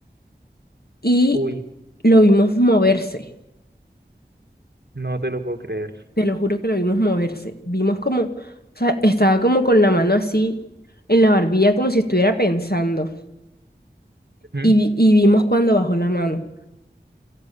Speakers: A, on the left (about 60°); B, on the right (about 70°).
A: Y
B: Uy,
A: lo vimos moverse,
B: no te lo puedo creer.
A: te lo juro que lo vimos moverse. Vimos como, o sea, estaba como con la mano así en la barbilla como si estuviera pensando.
B: Ujú.
A: Y, vi- y vimos cuando bajó la mano.